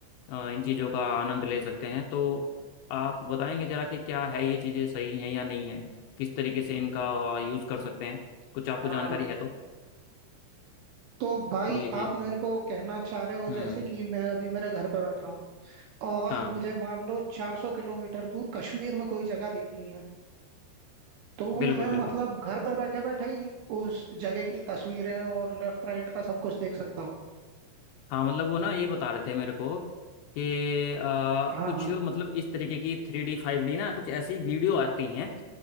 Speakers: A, on the left; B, on the right.
A: अ, इन चीज़ों का आनंद ले सकते हैं तो आप बताएंगे जरा कि क्या है ये चीज़ें सही हैं या नहीं है किस तरीके से इनका यूज़ कर सकते हैं कुछ आपको
B: हाँ
A: जानकारी है तो
B: तो भाई
A: जी जी
B: आप
A: जी
B: मेरे को कहना चाह रहे हो
A: हम्म
B: जैसे कि मैं अभी मेरे घर पे बैठा हूँ और
A: हाँ
B: मुझे मान लो 400 किलोमीटर दूर कश्मीर में कोई जगह देखनी है तो
A: बिल्कुल
B: मैं
A: बिल्कुल
B: मतलब घर पे बैठे बैठे ही उस जगह की तस्वीरें और लेफ्ट राइट का सब कुछ देख सकता हूँ
A: हाँ मतलब वो ना ये बता रहे थे मेरे को कि अ,
B: हाँ
A: कुछ
B: हाँ
A: मतलब इस तरीके की थ्री डी फाइव डी ना कुछ ऐसी वीडियो आती हैं